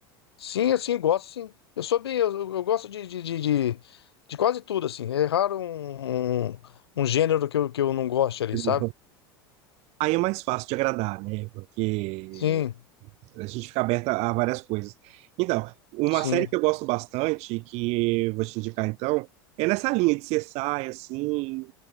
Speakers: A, on the left (about 85°); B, on the right (about 55°).
A: Sim, assim, gosto sim. Eu sou bem, eu, eu gosto de, de, de, de- de quase tudo, assim. É raro um, um, um gênero que eu, que eu não goste ali,
B: Tipo,
A: sabe?
B: Aí é mais fácil de agradar, né? Porque
A: Sim,
B: a gente fica aberto a várias coisas. Então, uma
A: sim.
B: série que eu gosto bastante, que eu vou te indicar então, é nessa linha de CSI, assim,